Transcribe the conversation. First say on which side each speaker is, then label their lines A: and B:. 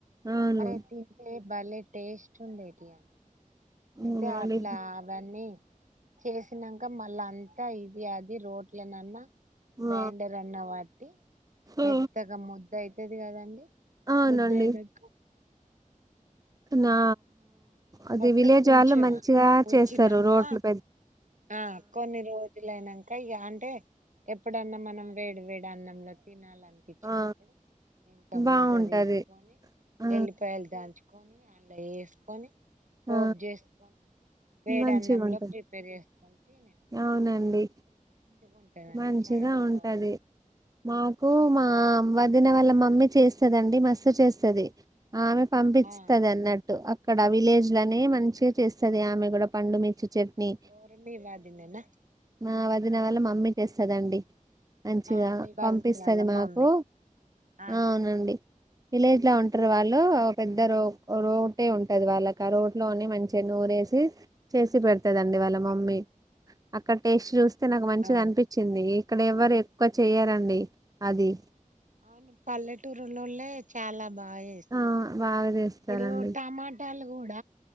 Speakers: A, on the right; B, on the right.
A: అవును
B: అరే దింపే భలే టేస్ట్ ఉండేటి అండి
A: అవునా
B: అయితే అట్లా
A: అండి
B: అవన్నీ చేసినంక మళ్ళా అ అంత ఇది అది రోట్లో నన్న
A: ఆ
B: గ్రైండర్ అన్న వాట్టి మెత్తగా
A: ఆ!
B: ము ద్ద అయితది కదా అండి
A: అవునండి
B: ముద్ద అయినంక
A: నా అది
B: పక్కకు
A: విలేజ్
B: ఉంచేవాలి
A: వాళ్ళు మంచిగా
B: ఉంచినంక
A: చేస్తారు రోట్లో పెద్ద
B: ఆ కొన్నిరో జులు అయినంక ఇగ అంటే ఎప్పుడన్నా మనం వేడి వేడి అన్నంలో తినాలి అ అనిపించినప్పుడు
A: ఆ!
B: ఇంత
A: బావుంటది
B: ముద్ద తీసుకొని
A: ఆ
B: ఎల్లిపాయలు దాల్చు కొన్ని అందాలో ఎసుకొని పోప్
A: ఆ
B: చేసుకొని వేడాన్నంలో
A: మంచిగుంటది
B: ప్రిపేర్ చేస్ అయితే
A: అవునండి
B: ఉంటదండి
A: మంచిగా
B: చాలా
A: ఉంటది
B: బాగుంటది
A: మాకు మా వదిన వల మమ్మీ చేస్తదండి మస్తు చేస్త సరే ఆమె పంపిచ్తది
B: ఆ
A: అన్నడ్ అక్కడ విలేజ్ లోనే మంచిగ చేస్తది ఆమె కూడ పండు మిర్చి చట్నీ
B: ఎవరండీ వదినేన
A: ఆ వదిన వాళ్ళ మమ్మీ చేస్తదండి మంచిగ
B: ఆ మీ వాది
A: పంపిస్తది
B: వాళ్ళ మమ్మీ
A: మాకు
B: ఆ
A: అవునండి విలేజ్ లో ఉంటరు వాళ్ళు పెద్ద రో రోటే ఉంటది వాళ్ళకి ఆ రాట్ లోని మంచిగా నూరేసి చేసి పెడతదండి వాళ్ళ మమ్మీ అక్కడ టేస్ట్ చూస్ తే నాకు మంచిగ
B: ఆ
A: అనపించింది ఇక్కడ ఎవ్వరు ఎక్కువ చెయ్యరండి అది
B: అవును పల్లెటూరులోలే చాలా బా జేస్తరు
A: ఆ బాగా చేస్తారండి
B: ఇప్పుడు టమాట లు గుడ